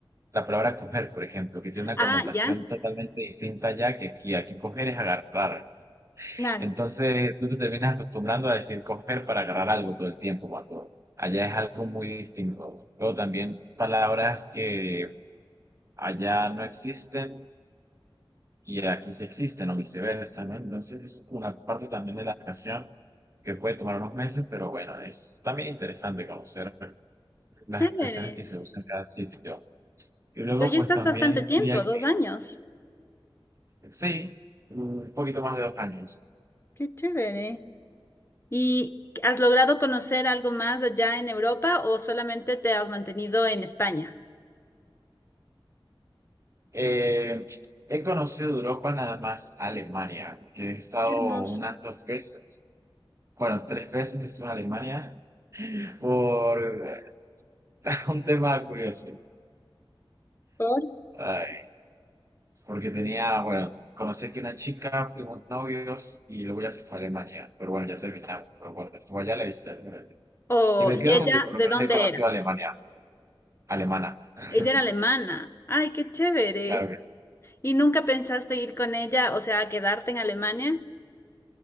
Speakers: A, on the right (about 35°); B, on the left (about 25°).
A: la palabra coger, por ejemplo, que tiene una
B: Ah,
A: connotación
B: ya.
A: totalmente distinta allá que aquí. Aquí coger es agarrar
B: Claro.
A: entonces tú te terminas acostumbrando a decir coger para agarrar algo todo el tiempo, cuando allá es algo muy distinto. Luego también palabras que allá no existen y aquí sí existen o viceversa, ¿no? Entonces es una parte también de la canción que puede tomar unos meses, pero bueno, es también interesante conocer las
B: Chévere.
A: expresiones que se usan en cada sitio. Y luego
B: Pero ya
A: pues
B: estás
A: también
B: bastante tiempo,
A: diría que
B: dos años.
A: sí, un poquito más de dos años.
B: Qué chévere. ¿Y has logrado conocer algo más allá en Europa o solamente te has mantenido en España?
A: Eh, he conocido Europa nada más Alemania, que he estado
B: Qué hermoso.
A: unas dos veces. Bueno, tres veces estuve en Alemania por <laughs> un tema curioso.
B: Por-
A: Ay, porque tenía, bueno, conocí aquí una chica, fuimos novios y luego ya se fue a Alemania. Pero bueno, ya terminamos. Pero bueno, estuvo allá la viste.
B: O,
A: Y me
B: ¿y
A: quedo
B: ella
A: con que por
B: de
A: lo menos
B: dónde
A: he conocido
B: era?
A: a Alemania, alemana. <laughs>
B: Ella era alemana. Ay, qué chévere.
A: Claro que sí.
B: ¿Y nunca pensaste ir con ella, o sea, a quedarte en Alemania?